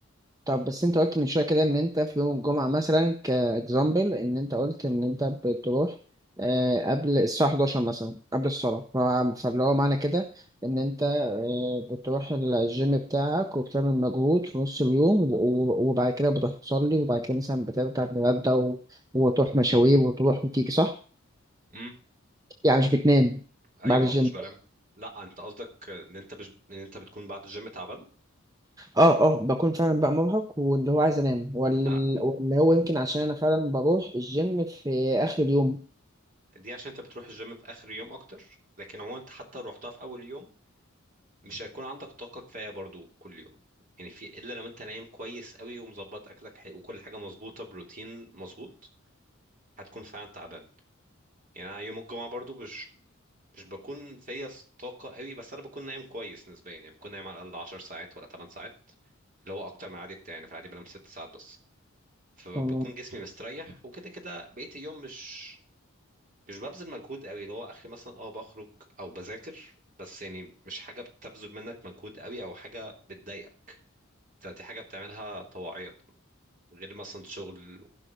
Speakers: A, on the right; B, on the right.
A: طب بس انت قلت من شويه كده ان انت في يوم الجمعه مثلا كاكزامبل ان انت قلت ان انت بتروح آه، قبل الساعه 11 مثلا قبل الصلاه ف- فاللي هو معنى كده ان انت آه، بتروح الجيم بتاعك وبتعمل مجهود في نص اليوم و- و- وبعد كده بتروح تصلي وبعد كده مثلا بترجع تتغدى و- وتروح مشاوير وتروح وتيجي صح؟
B: امم
A: يعني مش بتنام
B: ايوه
A: بعد الجيم
B: آه، مش بلام لا انت قصدك ان انت مش ان انت بتكون بعد الجيم تعبان
A: اه اه بكون فعلا بقى مرهق واللي هو عايز انام وال-
B: آه،
A: واللي هو يمكن عشان انا فعلا بروح الجيم في اخر اليوم
B: دي عشان انت بتروح الجيم في اخر يوم اكتر لكن عموما انت حتى لو رحتها في اول يوم مش هيكون عندك طاقه كفايه برضو كل يوم يعني في الا لو انت نايم كويس قوي ومظبط اكلك حي- وكل حاجه مظبوطه بروتين مظبوط هتكون فعلا تعبان يعني انا يوم الجمعه برضو مش مش بكون فيا طاقه قوي بس انا بكون نايم كويس نسبيا يعني بكون نايم على الاقل 10 ساعات ولا 8 ساعات اللي هو اكتر من العادي بتاعي يعني في العادي بنام 6 ساعات بس فبكون
A: تمام
B: جسمي مستريح وكده كده بقيه اليوم مش مش ببذل مجهود قوي اللي هو اخري مثلا اه بخرج او بذاكر بس يعني مش حاجه بتبذل منك مجهود قوي او حاجه بتضايقك دي حاجه بتعملها طواعية غير مثلا شغل